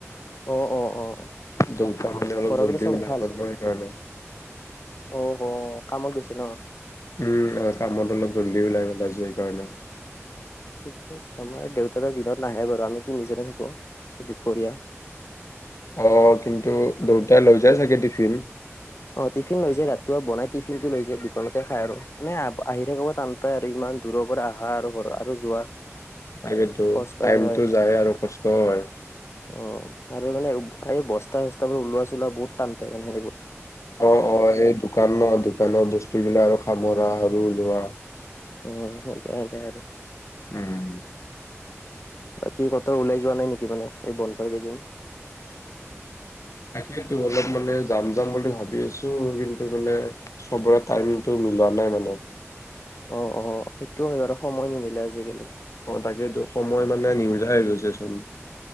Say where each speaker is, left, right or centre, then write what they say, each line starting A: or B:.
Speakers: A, on the left (about 60°); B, on the left (about 80°).
A: অ', অ', অ'।
B: দেওঁতা মানে অলপ
A: ঘৰৰ
B: জল্দি
A: পিনে চব
B: ওলাই
A: ভাল?
B: গল ন সেইকাৰণে।
A: অ', হ, কামত গৈছে ন?
B: উম, কামত অলপ জলদিওলাই গ'ল আজি সেইকাৰণে।
A: ঠিকে আছে আমাৰ দেওঁতা দিনত নাহে বাৰু আমি তিনিজনে থাকো, দুপৰীয়া।
B: অ', কিন্তু দেওঁতাই লৈ যাই চাগে টিফিন?
A: অ', টিফিন লৈ যায় ৰাতিপুৱা বনাই টিফিন টো লৈ যায় দোকানতে খাই আৰু, মানে আহি থাক টান আৰু ইমান দূৰৰ পৰা আহা আৰু ঘৰ আৰু যোৱা।
B: তাকেতো
A: কষ্টহে
B: টাইমতটো যায় আৰু কষ্টও হয়।
A: উম, আৰু মানে এই বস্তা চস্তা বোৰ ওলোৱা চোলোৱা বহুত টান পায় মানে হেৰীবোৰ।
B: অ', অ', এই দোকান ন, দোকানৰ বস্তু বিলাক আৰু হামুৰা আৰু ওলোৱা।
A: উম, সেইকাৰনে আৰু।
B: উম।
A: বাকী ক, তই ওলাই যোৱা নাই নেকি মানে এই বন্ধৰ কেইদিন?
B: তাকেইেতো অলপ মানে যাম-যাম বুলি ভাবি আছোঁ, কিন্তু মানে সবোৰে টাইমতটো মিলা নাই মানে।
A: অ', অ', সেইটো হয় বাৰু সময় নিমিলে আজিকালি।
B: অ', তাকেইতো সময় মানে নিউলাই হৈ গৈছে চোন।